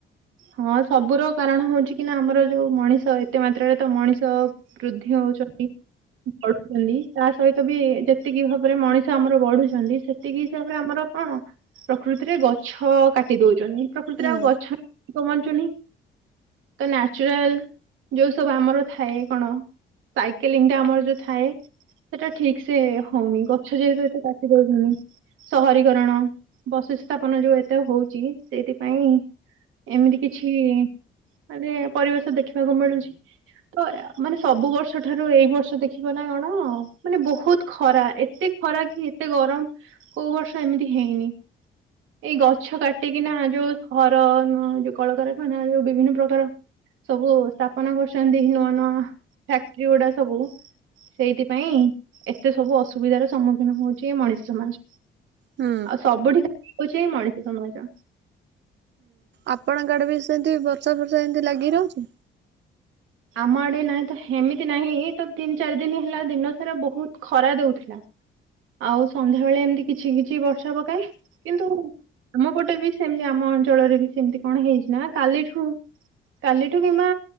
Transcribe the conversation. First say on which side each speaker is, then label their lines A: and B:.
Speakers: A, on the right (about 85°); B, on the right (about 60°).
A: ହଁ ସବୁର କାରଣ ହଉଛି କି ନା ଆମର ଯୋଉ ମଣିଷ ଏତେ ମାତ୍ରାରେ ତ ମଣିଷ ବୃଦ୍ଧି ହଉଛନ୍ତି। ବଢୁଛନ୍ତି ତା ସହିତ ବି ଯେତିକି ଭାବରେ ମଣିଷ ଆମର ବଢୁଛନ୍ତି ସେତିକି ହିସାବରେ ଆମର କଣ ପ୍ରକୃତିରେ ଗଛ କାଟି ଦଉଛନ୍ତିଛନ୍ତି ପ୍ରକୃତିରେ
B: ହୁଁ
A: ଆଉ ଗଛ କମଚୁନି। ତ ନ୍ୟାଚୁରାଲ ଯୋଉ ସବୁ ଆମର ଥାଏ କଣ ସାଇକେଲିଂ ଟା ଆମର ଯୋଉ ଥାଏ ସେଟା ଠିକ୍ ସେ ହଉନି ଗଛ ଯେହେତୁ ଏତେ କାଟି ଦଉଚନ୍ତି। ସହରୀକରଣ ବସୁସ୍ଥାପନ ଯୋଉ ଏତେ ହଉଛି ସେଇଥିପାଇଁ ଏମିତି କିଛି ମାନେ ପରିବେଶ ଦେଖିବାକୁ ମିଳୁଛି। ତ ମାନେ ସବୁ ବର୍ଷ ଠାରୁ ଏଇ ବର୍ଷ ଦେଖିବ ନା କଣ ମାନେ ବହୁତ ଖରା ଏତେ ଖରାକ ଏତେ ଗରମ କୋଉ ବର୍ଷ ଏମିତି ହେଇନି। ଏଇ ଗଛ କାଟିକିନା ଯୋଉ ଘର ନୁହ ଉ ଯୋଉ କଳକାରଖାନା ଯୋଉ ବିଭିନ୍ନ ପ୍ରକାର ସବୁ ସ୍ଥାପନ କରୁଛନ୍ତି ନୂଆ ନୂଆ ଫ୍ୟାକ୍ଟ୍ରି ଗୁଡା ସବୁ ସେଇଥିପାଇଁ ଏତେ ସବୁ ଅସୁବିଧାର ସମ୍ମୁଖୀନ ହଉଛି ମଣିଷ ସମାଜ।
B: ହୁଁ
A: ଆଉ ସବୁଠି ହଉଛିଇ ମଣିଷ ସମାଜ।
B: ଆପଣଙ୍କାଡେ ବି ସେମିତି ବର୍ଷା ଫର୍ଷା ଏମିତି ଲାଗି ରହୁଛି?
A: ଆମ ଆଡ଼େ ନାହିଁ ତ ଏମିତି ନାହିଁ ତ ତିନି ଚାରି ଦିନ ହେଲା ଦିନସାରା ବହୁତ ଖରା ଦଉଥିଲା। ଆଉ ସନ୍ଧ୍ୟାବେେଳେ ଏମିତି କିଛି କିଛି ବର୍ଷା ପକାଏ କିନ୍ତୁ ଆମ ପଟେ ବି ସେମତି ଆମ ଅଞ୍ଚଳରେ ବି ସେମିତି କଣ ହେଇଛି ନା କାଲିଠୁ କାଲିଠୁ କିମା।